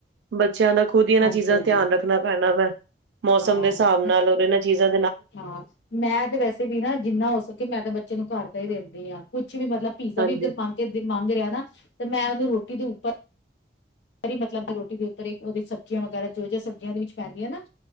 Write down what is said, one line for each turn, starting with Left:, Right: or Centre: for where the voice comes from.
Right: ਬੱਚਿਆਂ ਦਾ ਖੁਦ ਹੀ ਇਹਨਾਂ
Left: ਹਾਂਜੀ
Right: ਚੀਜ਼ਾਂ
Left: ਹਾਂਜੀ
Right: ਦਾ ਧਿਆਨ ਰੱਖਣਾ ਪੈਣਾ ਵੈ। ਮੌਸ
Left: ਹਾਂ
Right: ਮ ਦੇ ਹਿਸਾਬ ਨਾਲ ਔਰ ਇਹਨਾਂ ਚੀਜ਼ਾਂ
Left: ਹਾਂ ਮੈਂ ਤੇ ਵੈਸੇ ਵੀ ਨਾ ਜਿੰਨਾ ਦੱਸੋ ਕਿ ਮੈਂ ਤਾਂ ਬੱਚੇ ਨੂੰ ਘਰ ਤਾਂ ਹੀ ਦਿੰਦੀ ਹਾਂ ਕੁਛ ਵੀ ਮਤਲਬ ਪੀਜ਼ਾ
Right: ਹਾਂਜੀ।
Left: ਵੀ ਇੱਧਰ ਮੰਾਂ ਕੇ ਮੰਗ ਰਿਹਾ ਨਾ ਤੇ ਮੈਂ ਉਹਨੂੰ ਰੋਟੀ ਦੇ ਉੱਪਰ ਪਰ ਮਤਲਬ ਰੋਟੀ ਦੇ ਉੱਤੇ ਉਹਦੀ ਸਬਜ਼ੀਆਂ ਵਗੈਰਾ ਜੋ ਜ ਸਬਜ਼ੀਆਂ ਦੇ ਵਿੱਚ ਪੈਂਦੀਆਂ ਨਾ